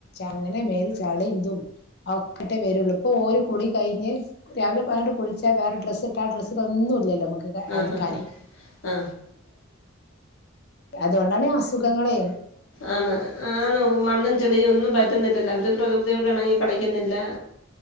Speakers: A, on the left; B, on the left.
A: അങ്ങനെ മേൽ ചളീം തും ഒക്കെട്ടെ വരുള്ളു പ്പോൽ കു കുളി കഴിഞ്ഞ് രാവിലെ പോയാണ്ട് കുളിച്ചു വേറെ ഡ്രസ്സ്‌ ആ ഡ്രെസ്സിൽ ഒന്നുല്ലല്ലോ നമ്മക്ക്
B: ആ
A: അൽക്കാൻ
B: ഹാ ഹാ ആ
A: അതോണ്ടാണ് ഹസ് സുഖങ്ങളേ
B: ആണ ആണോ മണ്ണും ചെളിയും ഒന്നും പറ്റുന്നില്ലല്ലോ അവര് പ്രകൃതിയോട് ഇണങ്ങി കളിക്കുന്നില്ല